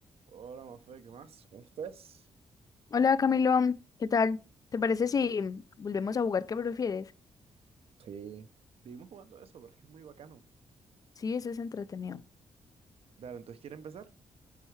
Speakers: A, on the right (about 60°); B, on the left (about 35°).
A: Hola, Mafe, ¿qué más? ¿Cómo estás?
B: Hola Camilo, ¿qué tal? ¿Te parece si volvemos a jugar qué prefieres?
A: Sí, Vivimos jugando eso, pero es que es muy bacano.
B: Sí, eso es entretenido.
A: Dale, entonces, ¿quieres empezar?